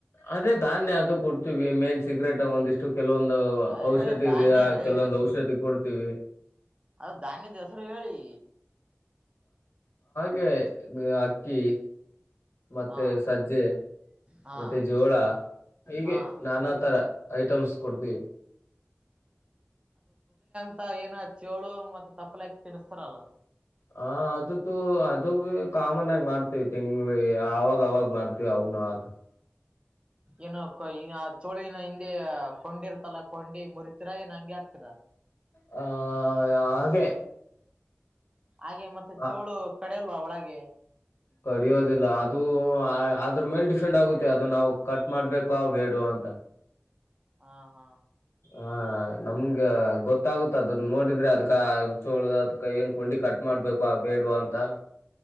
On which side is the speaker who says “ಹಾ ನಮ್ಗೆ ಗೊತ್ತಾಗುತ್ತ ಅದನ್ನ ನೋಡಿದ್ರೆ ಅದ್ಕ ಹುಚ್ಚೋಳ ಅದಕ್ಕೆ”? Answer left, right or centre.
Left